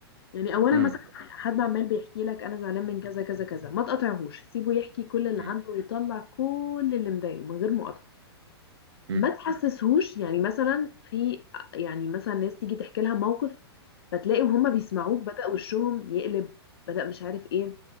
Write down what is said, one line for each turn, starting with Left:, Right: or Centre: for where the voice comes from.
Left: يعني اولا
Right: امم
Left: مثلا حد عمال بيحكي لك انا زعلان من كذا كذا كذا ما تقاطعهوش سيبه يحكي كل اللي
Right: امم
Left: عنده ويطلع كل اللي مضايقه من غير مقاطعه
Right: امم
Left: ما تحسسهوش يعني مثلا في يعني مثلا ناس تيجي تحكي لها موقف فتلاقيهم هم بيسمعوك بدأ وشهم يقلب بدأ مش عارف ايه